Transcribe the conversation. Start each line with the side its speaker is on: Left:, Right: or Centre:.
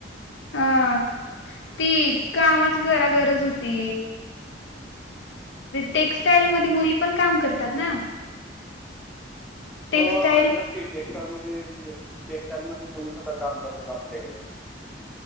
Left: हां ती कामाची जरा गरज होती? टेक्स्टाइल मध्ये मुली पण काम करतात ना टेक्स्टाईल
Centre: हो करतात ते शेतकामध्ये शेतकऱ्यांना मुलीस काम करतेात आमच्याकडे